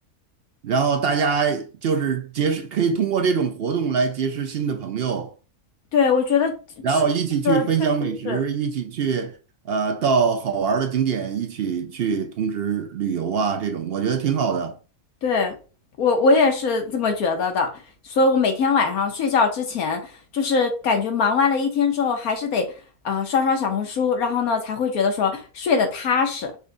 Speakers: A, on the right; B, on the left.
A: 然后大家就是结识，可以通过这种活动来结识新的朋友，
B: 对，我觉得这
A: 然后一起去分享美食，
B: 个确实是。
A: 一起去呃到好玩儿的景点，一起去同时旅游啊，这种我觉得挺好的
B: 对，我我也是这么觉得的，所以我每天晚上睡觉之前，就是感觉忙完了一天之后，还是得呃刷刷小红书，然后呢才会觉得说睡得踏实，